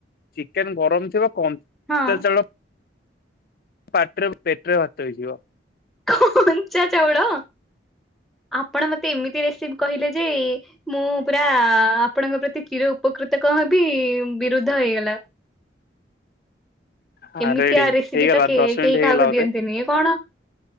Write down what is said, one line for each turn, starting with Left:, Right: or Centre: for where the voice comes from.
Left: ଚିକେନ ଗରମ ଥିବ କଞ୍ଚା
Centre: ଆଉ
Left: ଚାଉଳ ପାଟିରେ ପେଟ ରେ ଭାତ ହେଇଯିବ
Centre: କଞ୍ଚା ଚାଉଳ ଆପଣ ମତେ ଏମିତି ରେସିପି କହିଲେ ଯେ ମୁଁ ପୁରା ଆପଣଙ୍କ ପ୍ରତି କୀର ଉପକୃତ କଣ ହେବି ବିରୁଦ୍ଧ ହେଇଗଲା। <unintelligible>
Left: ହଁ
Centre: ଏମିତିଆ
Left: ରେଡି
Centre: ରେସିପି
Left: ହେଇଗଲା
Centre: ତ କେ
Left: ଦଶ ମିନିଟ୍
Centre: କେହି
Left: ହେଇଗଲା
Centre: କାହାକୁ
Left: ବୋଧେ
Centre: ଦିଅନ୍ତିନି। ଏ କଣ?